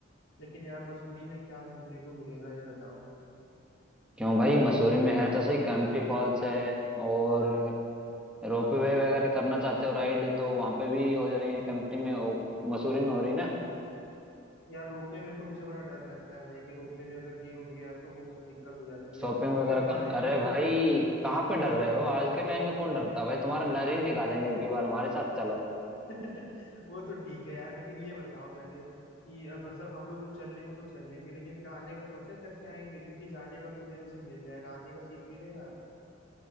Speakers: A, on the left (about 80°); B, in the centre.
A: लेकिन यार मसूरी में क्या घूमने को मिलेगा ये बताओ
B: क्यों भाई मसूरी में है तो सही कैंपटी फॉल्स है और रोपवे वगैरह करना चाहते हो राइड तो वहां पे भी हो जा रही है कैंपटी में हो- मसूरी में हो रही ना
A: यार रोपवे में तो मुझे बड़ा डर लगता है भाई कि रोपवे में अगर गिर उड़ गया तो वो सब दिक्कत हो जाती है
B: शॉपिंग वगैरह
A: पर हाँ
B: कर
A: लेकिन
B: अरे भाई कहाँ पे डर रहे हो आज के टाइम में कौन डरता है भाई तुम्हारा डर ही निकालेंगे अब की बार हमारे साथ चलो
A: <laughs> वो तो ठीक है यार लेकिन ये बताओ पहले कि अब मतलब हम लोग तो चलने को तो चल लेंगे लेकिन फिर आने का सोचा है कैसे आएंगे क्योंकि जाने का तो रिजर्वेशन मिल जाएगा आने का सीट मिलेगा